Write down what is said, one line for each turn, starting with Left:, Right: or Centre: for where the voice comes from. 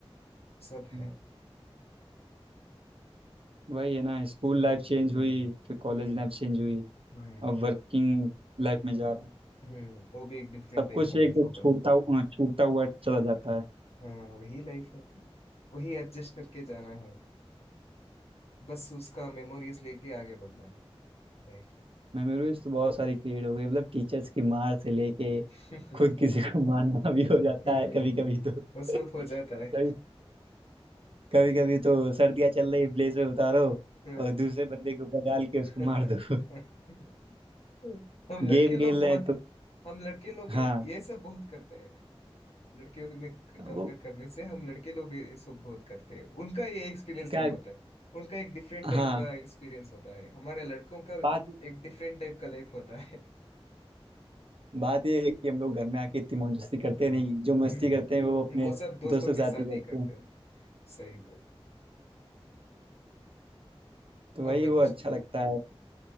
Left: सब
Right: हम्म।
Left: है
Right: वही है ना स्कूल लाइफ चेंज हुई फिर कॉलेज
Left: हम्म
Right: लाइफ चेंज हुई
Left: हम्म
Right: अब वर्किंग लाइफ में जा रहा हूँ
Left: हम्म वो भी एक डिफरेंट
Right: सब
Left: टाइप
Right: कुछ
Left: का लाइफ
Right: एक
Left: होगा
Right: छूटता हु- छूटता हुआ चला जाता है
Left: हाँ वही लाइफ है वही एडजस्ट करके जाना है बस उसका मेमोरीज लेके आगे बढ़ना है लाइफ में
Right: मेमोरीज तो बहुत सारी क्रिएट हो गई मतलब टीचर्स की मार से लेके
Left: <laughs>
Right: खुद किसी को मारना भी हो जाता
Left: हम्म
Right: है कभी कभी तो <laughs>
Left: वो सब हो जाता है
Right: कभी कभी कभी तो सर्दियां चल रही ब्लेड से उतारो
Left: हम्म।
Right: और दूसरे बंदे के ऊपर डाल के
Left: <laughs>
Right: उसको मार दो <laughs>
Left: हम लड़के
Right: गेम
Left: लोग
Right: खेल
Left: बहुत
Right: रहे हैं तो
Left: हम लड़के लोग ये
Right: हाँ
Left: ये सब बहुत करते लड़कियों में कंपेयर
Right: वो
Left: करने से हम लड़के लोग भी इसको बहुत करते हैं उनका ये एक्सपीरियंस
Right: क्या
Left: नहीं होता है उनका एक डिफरेंट टाइप
Right: हाँ
Left: का एक्सपीरियंस होता है हमारे लड़कों का
Right: बात
Left: एक डिफरेंट टाइप का लाइफ होता है
Right: बात ये है कि हम लोग घर में आके इतनी मौज मस्ती करते नहीं
Left: <laughs>
Right: जो
Left: हम्म
Right: मस्ती करते हैं वो अपने
Left: वो सब दोस्तों
Right: दोस्तों
Left: के
Right: के साथ
Left: साथ
Right: ही करते
Left: ही करते
Right: हैं
Left: हैं सही बोल
Right: तो
Left: और
Right: वही
Left: कुछ
Right: वो अच्छा लगता है